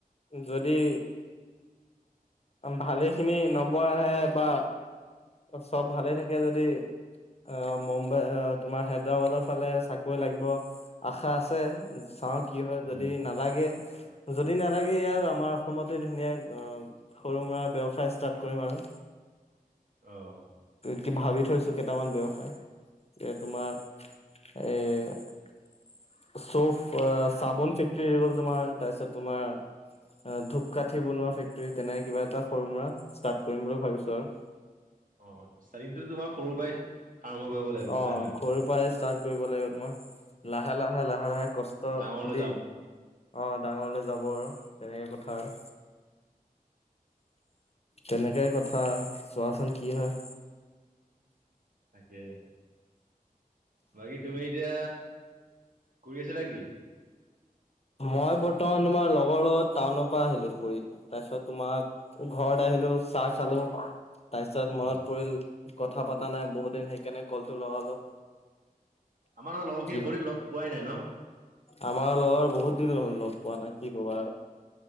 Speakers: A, on the left (about 45°); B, on the right (about 65°).
A: যদি ভালেখিনি নম্বৰ আহে। বা চব ভালে থাকে যদি আহ মুম্বাই তোমাৰ হায়দৰাবাদৰ ফালে চাকৰি লাগিব আশা আছে। চাওঁ, কি হয়,
B: উম,
A: যদি নালাগে। যদি নালাগে ইয়াত আমাৰ অসমতে ধুনীয়া সৰু মৰা ব্যৱসায় ষ্টাৰ্ট কৰিম আৰু।
B: <inaudible> অ',
A: কি ভাবি থৈছো কেইটামান ব্যয়ৱসায় যে তোমাৰ এ চব চাবোন ফেক্টৰী হৈ গ'ল তোমাৰ তাৰপিছত তোমাৰ ধূপকাঠি বনোৱা ফেক্টৰী তেনে কিবা এটা সৰু মৰা ষ্টাৰ্ট কৰিম বুলি ভাবিছো আৰু
B: অ চাৰিনটো তোমাৰ সৰুৰ পৰাই আৰম্ভ কৰিব লাগিব
A: অ
B: হয় নে নহয়
A: সৰুৰ পৰাই ষ্টাৰ্ট কৰিব লাগিব তোমাৰ লাহে লাহে লাহে লাহে কষ্ট
B: ডাঙৰলৈ
A: দি
B: যাম।
A: অ ডাঙৰলে যাব আৰু তেনেকে কথা আৰু তেনেকেই কথা চোৱাচোন কি হয়
B: তাকে বাকী তুমি এতিয়া কৰি আছিলা কি
A: মই বৰ্তমান তুমাৰ লগৰ লগত টাউনৰ পৰা আহিলো ফু তাৰপিছত তোমাৰ ঘৰত আহ খলো চাহ খালো তাৰ পিছত
B: অ'।
A: মনত পৰিল কথা পতা নাই বহুত দিন সেইকাৰণে কলটো লগালো
B: আমাৰ ন লগৰ
A: কি
B: খিনি বহি লগ পোৱাই নাই ন
A: আমাৰ লগৰ বহুত দিন হ'ল লগ পোৱা নাই কি কবা